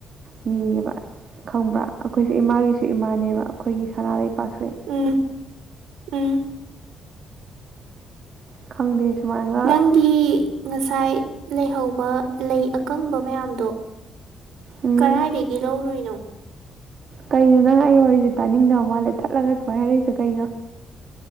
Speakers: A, on the right (about 45°); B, on the right (about 85°).
A: ꯅꯤꯌꯦꯕ ꯈꯪꯕ꯭ꯔꯥ ꯑꯈꯣꯏꯁꯦ ꯏꯃꯥꯒꯤꯁꯨ ꯏꯃꯥꯅꯦꯕ ꯑꯈꯣꯏꯒꯤ ꯁꯅꯥ ꯂꯩꯄꯥꯛꯁꯦ
B: ꯎꯝ ꯎꯝ
A: ꯈꯪꯗꯦ ꯁꯨꯃꯥꯏꯅ
B: ꯅꯪꯒꯤ ꯉꯁꯥꯏ ꯂꯩꯍꯧꯕ ꯂꯩ ꯑꯀꯪꯕ ꯃꯌꯥꯝꯗꯣ
A: ꯎꯝ
B: ꯀꯔꯥꯏꯗꯒꯤ ꯂꯧꯔꯨꯏꯅꯣ
A: ꯀꯩꯅꯣ ꯅꯪ ꯑꯩ ꯋꯥꯔꯤꯖꯦ ꯇꯥꯅꯤꯡꯗꯕ ꯃꯥꯜꯂꯦ ꯊꯠꯂꯒ ꯁꯨꯃꯥꯏꯅ ꯍꯥꯏꯔꯛꯏꯖꯦ ꯀꯩꯅꯣ